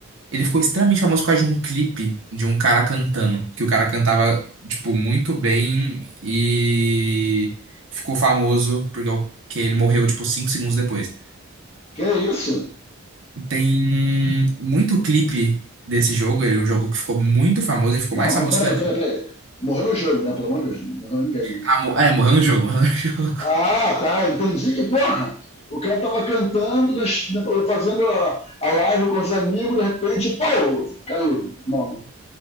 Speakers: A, on the right; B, on the left.
A: Ele ficou extremamente famoso por causa de um clipe de um cara cantando. Que o cara cantava, tipo, muito bem e ficou famoso porque é o- que ele morreu, tipo, cinco segundos depois.
B: Que é isso?
A: Tem muito clipe desse jogo. Ele é um jogo que ficou muito famoso. Ele ficou
B: Não,
A: mais famoso
B: mas peraí,
A: que o Lethal.
B: peraí, peraí. Morreu no jogo, né? Pelo amor de Deus, não morreu ninguém, né?
A: Ah, mo- é, morreu no jogo, morreu no <laughs> jogo.
B: Ah, tá, entendi que porra! O cara tava cantando, nas- na- fazendo a, a live com os amigos, de repente, pau, caiu. Não, não.